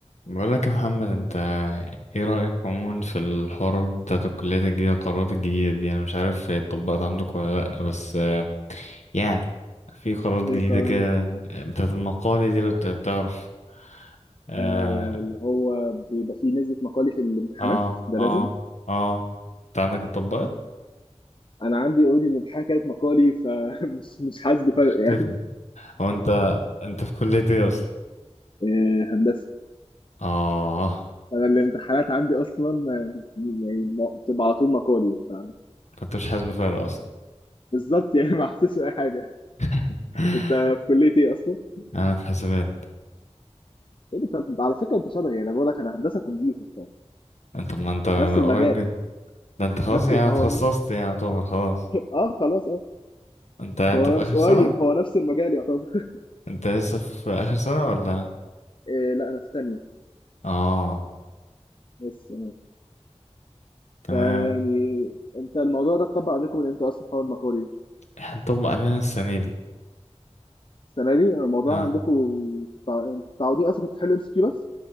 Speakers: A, on the left; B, on the left.
A: بقولك يا محمد انت ايه رأيك عموما في الحوار بتاعت الكليات الجديدة القرارات الجديدة دي انا مش عارف هي اتطبقت عندك ولا لأ بس آه، يعني في قرارات جديدة
B: ايقاعي
A: كده بتاعت المقالة دي لو ت- تعرف اه
B: آه اللي هو بيبقى فيه نسبة مقالي في الامتحانات
A: اه
B: ده
A: اه
B: لازم
A: اه انت عندك اتطبقت؟
B: انا عندي اوريدي الامتحان كانت مقالي فمش <laughs> مش مش حاسس بفرق
A: مش
B: يعني
A: تفهم هو انت انت في كلية ايه اصلا؟
B: آه هندسة
A: اه
B: انا الامتحانات عندي اصلا آه، يعني م- بتبقى على طول مقالي ف
A: انت مش حاسس بفرق اصلا
B: بالظبط يعني ما حسيتش باي حاجة
A: <laughs>
B: انت في كلية ايه اصلا؟
A: انا في حسابات
B: إيه ده؟ طب على فكرة انت شبهي يعني بقول لك انا هندسة كمبيوتر
A: انت ما انت
B: فنفس المجال
A: قريب جدا ده انت خلاص
B: نفس
A: يعني
B: هو
A: اتخصصت يعني يعتبر خلاص
B: اه خلاص اه
A: انت انت
B: بس هو انا
A: في
B: مش
A: اخر سنة
B: قريب هو نفس المجال يعتبر <laughs>
A: انت لسه في اخر سنة ولا
B: إيه لا انا في تانية
A: اه
B: بس
A: تمام
B: فيعني انت الموضوع ده اتطبق عندكم من امتى اصلا حوار المقالي ده؟
A: احنا نطبق علينا السنة دي
B: السنه دي الموضوع
A: اه
B: عندكم تع- انتوا متعودين اصلا كنتوا تحلوا ام اس كيو بس